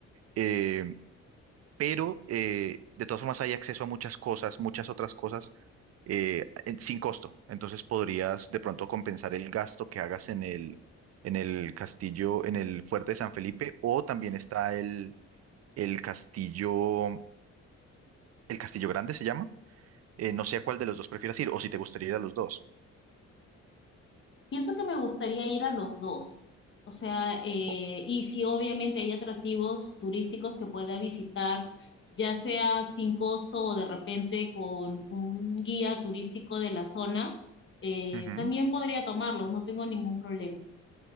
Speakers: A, on the right (about 55°); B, on the left (about 40°).
A: eh, pero eh, de todas formas hay acceso a muchas cosas, muchas otras cosas eh, en- sin costo, entonces podrías de pronto compensar el gasto que hagas en el... en el castillo, en el fuerte de San Felipe, o también está el, el castillo, el castillo grande se llama. Eh, no sé a cuál de los dos prefieras ir o si te gustaría ir a los dos.
B: Pienso que me gustaría ir a los dos. O sea, eh,
A: O-
B: y si obviamente hay atractivos turísticos que pueda visitar, ya sea sin costo o de repente con un guía turístico de la zona, eh,
A: Ujú.
B: también podría tomarlos, no tengo ningún problema.